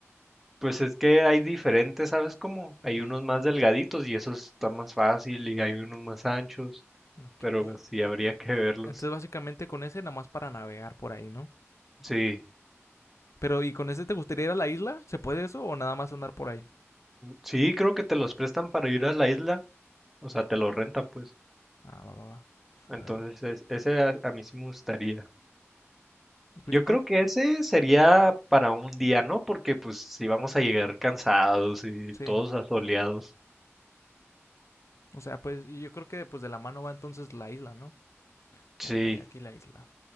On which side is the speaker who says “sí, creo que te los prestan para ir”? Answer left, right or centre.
Centre